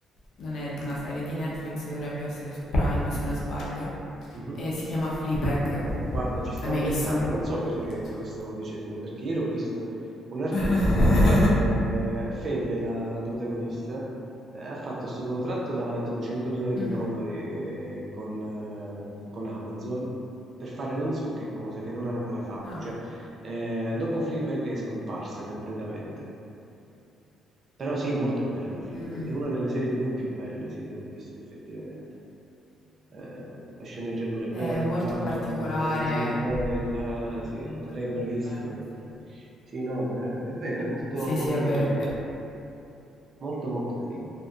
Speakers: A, on the left; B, on the right.
A: non è una serie di Netflix, dovrebbe essere su Prime se non sbaglio,
B: Mhm.
A: e si chiama Fleabag.
B: Guarda, ci stavo
A: Hai mai
B: pensando,
A: vista?
B: non so perché
A: Non so.
B: te lo stavo dicendo, perché ieri ho visto un articolo
A: <laughs>
B: dove eh, Febe, la, la protagonista, eh, ha fatto questo contratto da tipo 100 milioni
A: Mhm.
B: di dollari eh, con, eh, con Amazon per fare non so che cosa che non ha ancora fatto.
A: Ah,
B: Cioè, eh, dopo Fleabag è scomparsa completamente. Però sì, è molto bella Fleabag,
A: mhm.
B: è una delle serie TV più belle sì, che ho visto effettivamente. eh, la sceneggiatura è bella,
A: È molto particolare.
B: la regia è bella,
A: Una
B: sì,
A: sceneggiatura
B: no, lei è bravissima.
A: stupenda, sì.
B: Sì, no, è, è vero, è molto,
A: Sì,
B: molto
A: sì, è vero,
B: carina,
A: è vero.
B: molto, molto carina.